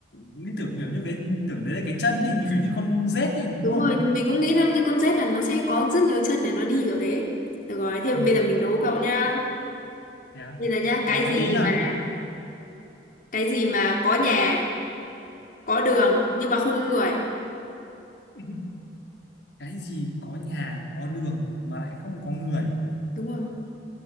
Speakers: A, on the left (about 80°); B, on the left (about 50°).
A: liên tưởng kiểu như cái tưởng đấy là cái chân ấy như kiểu như con rết ấy đúng
B: đúng
A: không
B: rồi mình cũng nghĩ là như con rết là nó sẽ có rất nhiều chân để nó đi kiểu đấy được rồi thế
A: ừ.
B: bây giờ mình đố cậu nhá
A: thế à?
B: bây giờ nhá cái
A: khó khó
B: gì
A: tí nhở
B: mà cái gì mà có nhà có đường nhưng mà không có người
A: Ừ. <laughs> cái gì có nhà có đường mà lại không có người
B: đúng rồi